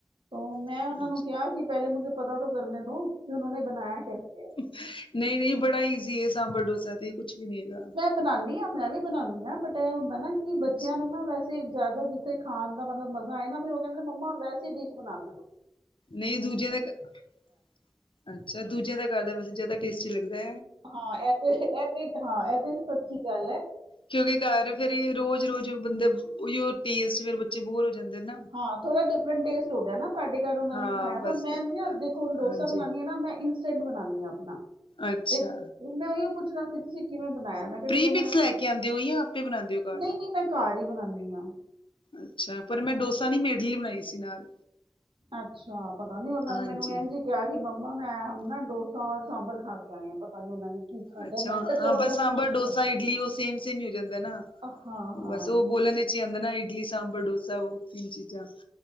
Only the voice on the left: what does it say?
ਹਾਂਜੀ
ਨਹੀਂ, ਨਹੀਂ ਬੜਾ ਈਜ਼ੀ ਏ ਸਾਂਬਰ ਡੋਸਾ ਤੇ ਕੁੱਛ ਵੀ ਨਹੀਂ ਹੈਗਾ।
ਅੱਛਾ
ਨਹੀਂ ਦੂਜਿਆਂ ਦੇ ਘਰ ਅੱਛਾ ਦੂਜਿਆਂ ਦੇ ਘਰ ਦਾ ਵੈਸੇ ਜਿਆਦਾ ਟੇਸਟੀ ਲੱਗਦੇ
ਕਿਉਂਕਿ ਘਰ ਫੇਰ ਰੋਜ਼ ਰੋਜ਼ ਬੰਦੇ ਉਹੀ ਔ ਟੇਸਟ ਫਿਰ ਬੱਚੇ ਬੋਰ ਹੋ ਜਾਂਦੇ ਨਾ
ਹਾਂ
ਬਸ
ਹਾਂਜੀ
ਅੱਛਾ
ਪ੍ਰੀਮਿਕਸ
ਲੈ ਕੇ ਆਂਦੇ ਹੋ ਜਾਂ ਆਪੇ ਬਣਾਂਦੇ ਹੋ ਘਰ
ਅੱਛਾ ਪਰ ਮੈਂ ਡੋਸਾ ਨੀ ਮੈਂ ਇਡਲੀ ਬਣਾਈ ਸੀ ਨਾਲ
ਹਾਂਜੀ
ਅੱਛਾ
ਹਾਂ
ਬਸ
ਸਾਂਬਰ,
ਡੋਸਾ, ਇਡਲੀ ਉਹ ਸੇਮ ਸੇਮ ਹੀ ਹੋ ਜਾਂਦਾ ਨਾ
ਬਸ ਉਹ ਬੋਲਣ‌ ਵਿ ਚ ਆਦਾ ਨਾ ਇਡਲੀ, ਸਾਂਬਰ, ਡੋਸਾ ਉਹ ਤਿੰਨ ਚੀਜ਼ਾਂ